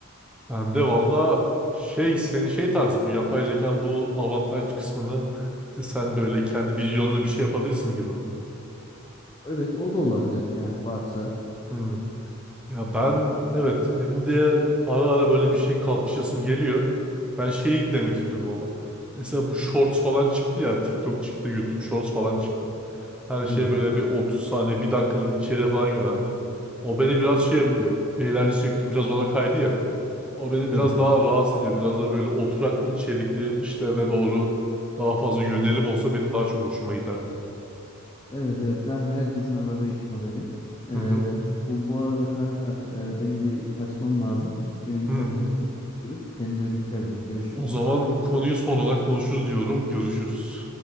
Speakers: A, in the centre; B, on the left.
A: Ben de valla şey senin şey tarzı bu yapay zekanın bu avantajlı kısmını işte sen böyle kendi vizyonla bir şey yapabilirsin gibi mi?
B: Evet o da olabilir yani varsa.
A: Hmm. Ya ben evet benim de ara ara böyle bir şey kalkışasım geliyor. Ben şeyi demek istiyordum ama. Mesela bu shorts falan çıktı ya TikTok çıktı YouTube shorts falan çıktı. Her şeye
B: Evet.
A: böyle bir 30 saniye bir dakikalık içeriğe falan yöneldi. O beni biraz şey yapıyor.
B: Hı.
A: Eğlence sektörü biraz ona kaydı ya. O beni
B: Evet.
A: biraz daha rahatsız ediyor. Biraz da böyle oturaklı içerikli işlere doğru daha fazla yönelim olsa benim daha çok hoşuma giderdi.
B: Evet evet zaten herkesin aradığı iş modeli. Ee,
A: Hı hı.
B: bu, bu arada kanka e, benim bir kaçmam lazım. Yine müsait
A: Hı.
B: vakitte konuşuruz. Kendine dikkat et. Görüşürüz.
A: O zaman bu konuyu sonradan konuşuruz diyorum. Görüşürüz.